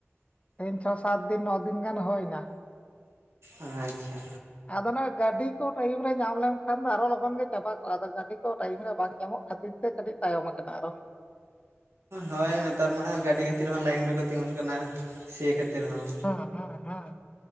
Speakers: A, on the left (about 25°); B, on the right (about 80°).
A: ᱛᱤᱦᱤᱧ ᱪᱷᱚ ᱥᱟᱛ ᱫᱤᱱ ᱱᱚ ᱫᱤᱱ ᱜᱟᱱ ᱦᱩᱭ ᱱᱟ᱾
B: ᱟᱸ, ᱟᱪᱪᱷᱟ
A: ᱟᱫᱚ ᱚᱱᱟ ᱜᱟᱹᱰᱤ ᱠᱚ ᱴᱟᱭᱤᱢ ᱨᱮ ᱧᱟᱢ ᱞᱮᱢᱠᱷᱟᱱ ᱫᱚ ᱟᱨᱚ ᱞᱚᱜᱚᱱ ᱜᱮ ᱪᱟᱵᱟ ᱠᱚᱜᱼᱟ ᱟᱫᱚ ᱜᱟᱹᱰᱤ ᱠᱚ ᱴᱟᱭᱤᱢ ᱨᱮ ᱵᱟᱝ ᱧᱟᱢᱚᱜ ᱠᱷᱟᱹᱛᱤᱨ ᱛᱮ ᱠᱟᱹᱴᱤᱡ ᱛᱟᱭᱚᱢ ᱟᱠᱟᱱᱟ ᱟᱨᱚ᱾
B: ᱦᱳᱭ ᱱᱮᱛᱟᱨ ᱢᱟ ᱜᱟᱹᱰᱤ ᱠᱦᱟᱹᱛᱤᱨ ᱦᱚᱸ ᱞᱟᱭᱤᱱ ᱨᱮᱠᱚ ᱛᱤᱸᱜᱩᱱ ᱠᱟᱱᱟ᱾ ᱥᱮ ᱠᱷᱟᱹᱛᱤᱨ ᱦᱚᱸ᱾
A: ᱦᱮᱸ ᱦᱮᱸ ᱦᱮᱸ